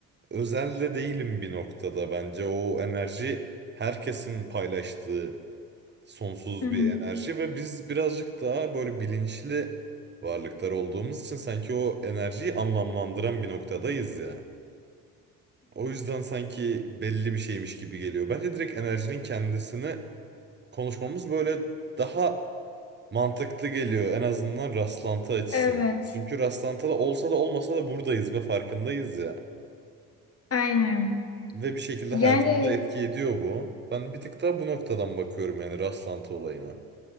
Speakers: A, on the right; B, on the left.
A: özelde değilim bir noktada bence. O enerji herkesin paylaştığı sonsuz
B: Hı hı.
A: bir enerji ve biz birazcık daha böyle bilinçli varlıklar olduğumuz için sanki o enerjiyi anlamlandıran bir noktadayız ya. O yüzden sanki belli bir şeymiş gibi geliyor. Bence direkt enerjinin kendisini konuşmamız böyle daha mantıklı geliyor en azından rastlantı açısından.
B: Evet,
A: Çünkü rastlantıda olsa da olmasa da buradayız ve farkındayız ya.
B: aynen.
A: Ve bir şekilde
B: Yani
A: hayatımıza etki ediyor bu. Ben bir tık daha bu noktadan bakıyorum yani rastlantı olayına.